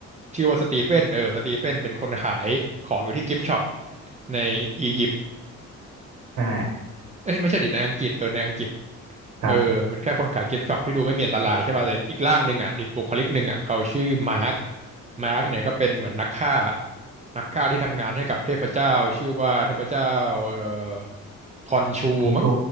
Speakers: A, on the right; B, on the right.
A: ชื่อว่าสตีเฟนเออสตีเฟนเป็นคนขายของอยู่ที่กิฟต์ช็อปในอียิปต์
B: ใช่
A: เอ้ยไม่ใช่ดิในอังกฤษเออในอังกฤษ
B: ครับ
A: เออเป็นแค่คนขายกิฟต์ช็อปที่ดูไม่มีอันตรายใช่ป่ะแต่อีกร่างหนึ่งอ่ะอีกบุคลิกหนึ่งอ่ะเขาชื่อมาร์คมาร์คเนี่ยก็เป็นเหมือนนักฆ่า นักฆ่าที่ทำงานให้กับเทพเจ้าชื่อว่าเทพเจ้าเอ่อคอนชูมั้ง
B: อันโช